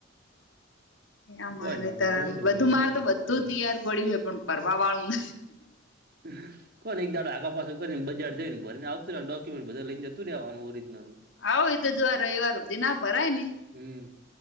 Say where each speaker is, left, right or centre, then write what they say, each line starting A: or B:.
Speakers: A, on the right; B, on the left.
A: તો
B: એ
A: કોઈ
B: મારે
A: નઈ હવે
B: ત
A: જોઈ લઉં
B: બધું
A: મોડો
B: માર
A: હોય
B: તો બું તો તૈયાર પડી્યું હોય પણ ફવા વાળું
A: હ કોણ એક દાડા આખા પાસે કરીને બજાર જઈને ને આવતું ડોકુમેન્ટ બધ લઈને જતુંેવાનું ઓરજનલ
B: આવ એ તો જો રવિવાર સુધી ના ફરાય ને
A: હમ